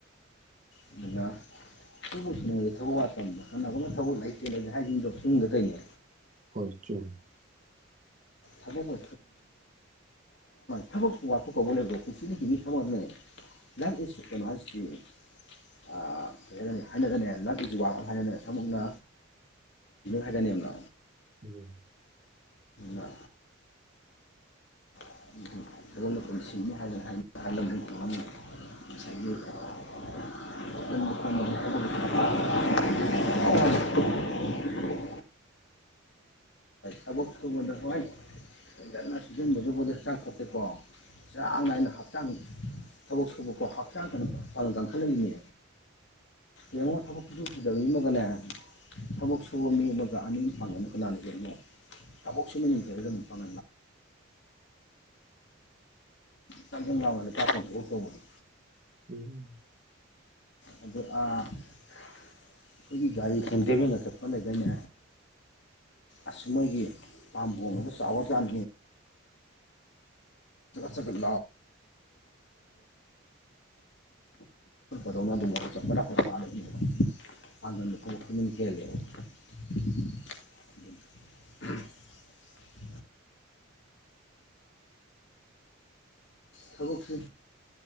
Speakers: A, on the left; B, on the right.
A: ꯑꯗꯨ ꯁꯤꯕ ꯊꯕꯛ ꯋꯥꯗ ꯀꯅꯒꯅ ꯊꯕꯛ ꯂꯩꯇꯦꯅꯗꯤ ꯍꯥꯏꯖꯅꯤꯡꯗꯕ ꯁꯨꯝꯗ ꯇꯅꯦ
B: ꯍꯣꯏ ꯆꯣꯏ
A: ꯊꯕꯛꯗꯣ ꯊꯕ ꯋꯥꯠꯄ ꯀꯧꯕ ꯂꯩꯕꯣ ꯄꯨꯟꯁꯤꯅ ꯍꯤꯡꯉꯤ ꯊꯕ ꯂ ꯏꯁ ꯀꯩꯅꯣ ꯍꯥꯏꯁꯤ ꯍꯥꯏ ꯍꯥꯏꯅꯒꯅꯦ ꯂ ꯏꯁ ꯋꯥꯠ ꯍꯥꯏꯅꯅꯦ ꯊꯅ ꯍꯥꯏꯒꯅꯦꯅ
B: ꯎꯝ
A: ꯑ <unintelligible> ꯊꯕꯛ ꯁꯨꯕꯗ ꯍꯣꯏ ꯐꯖꯟꯅ ꯁꯤꯖꯤꯟꯅꯕꯗꯨꯕꯨꯗꯤ ꯍꯛꯆꯥꯡ ꯐꯠꯇꯦꯀꯣ ꯆ ꯆꯥꯡ ꯅꯥꯏꯅ ꯍꯛꯆꯥꯡ ꯊꯕꯛ ꯁꯨꯕꯀꯣ ꯍꯛꯆꯥꯡ ꯀ ꯐ ꯀꯟꯈꯠꯂꯏꯅꯦ ꯌꯦꯡꯉꯣ ꯊꯕꯛꯁꯨ ꯁꯨꯗꯕ ꯃꯤ ꯑꯃꯒꯅꯦ ꯊꯕꯛ ꯁꯨꯕ ꯃꯤ ꯑꯃꯒ ꯑꯅꯤ ꯐꯪꯒꯅ ꯀꯅꯥꯅ ꯌꯦꯡꯉꯣ ꯁꯄꯣꯁꯃꯤ ꯄꯔꯗ ꯃ ꯄꯉ ꯇ ꯉ ꯃꯗ ꯇꯥꯁꯨ ꯍꯕꯨꯅꯤ
B: ꯎꯝ
A: ꯑꯗꯨꯒ ꯑꯩꯈꯣꯏꯒꯤ ꯒꯥꯔꯤ ꯍꯦꯟꯊꯦꯝꯃꯤꯟꯒ ꯆꯠꯄ ꯂꯩꯗꯅꯦ ꯑꯁ ꯃꯣꯏꯒꯤ ꯄꯥꯝꯍꯣꯡꯕꯗ ꯆꯥꯎꯔꯀꯥꯟ ꯍꯉꯠꯠ ꯂꯥꯎꯒ ꯆ ꯆ ꯑꯗ ꯈꯦ ꯊꯕꯛꯁꯤ